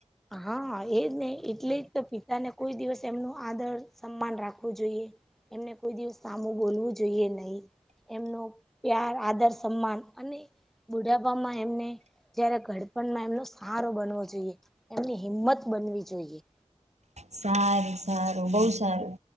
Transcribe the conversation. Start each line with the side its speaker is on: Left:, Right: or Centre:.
Centre: હા એજ ને એટલે જ તો પિતાને કોઈ દિવસ એમનું આદર સન્માન રાખવું જોઈએ. એમને કોઈ દિવસ સામું બોલવું જોઈએ નહી, એમનો પ્યાર આદર સન્માન અને બુઢાપામાં એમને જયારે ગડપણમાં એમનો સહારો બનવો જોઈએ. એમની હિંમત બનવી જોઈએ.
Right: સારું સારું બહુ સારું.